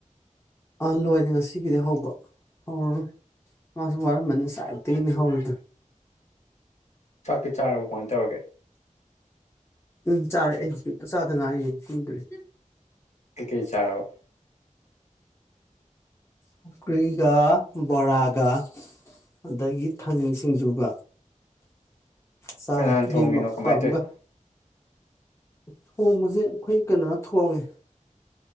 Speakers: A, on the left; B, on the left.
A: ꯑ ꯂꯣꯏꯔꯦ ꯉꯁꯤꯒꯤꯗꯤ ꯍꯧꯕ, ꯍꯧꯔꯔꯣꯏ ꯃꯥꯁꯨ ꯋꯥꯔꯝꯃꯅꯤ ꯉꯁꯥꯏ ꯑꯌꯨꯛꯇꯒꯤꯅꯤ ꯍꯧꯔꯤꯗꯣ꯫
B: ꯆꯥꯛꯇꯤ ꯆꯔꯕꯣ? ꯀꯃꯥꯏꯅ ꯇꯧꯔꯒꯦ꯫
A: ꯎꯝ ꯆꯥꯔꯦ꯫ ꯑꯩ ꯍꯨꯖꯤꯛꯇ ꯆꯥꯗ ꯉꯥꯏꯔꯤ ꯀꯨꯏꯗ꯭ꯔꯤ꯫
B: ꯀꯩ ꯀꯩ ꯆꯥꯔꯕ?
A: ꯁꯧꯒ꯭ꯔꯤꯒ, ꯕꯣꯔꯥꯒ, ꯑꯗꯒꯤ ꯊꯥꯖꯤꯡ ꯁꯤꯡꯖꯨꯒ꯫ ꯆꯥꯔꯦ
B: ꯀꯅꯥꯅ ꯊꯣꯡꯉꯤꯅꯣ
A: ꯌꯦꯔꯨꯝ ꯑꯐꯨꯠꯄ
B: ꯀꯃꯥꯏꯅ
A: ꯑꯃꯒ
B: ꯇꯧꯔꯤꯅꯣ꯫
A: ꯊꯣꯡꯕꯁꯦ ꯑꯩꯈꯣꯏ ꯀꯩꯅꯣꯅ ꯊꯣꯡꯉꯦ꯫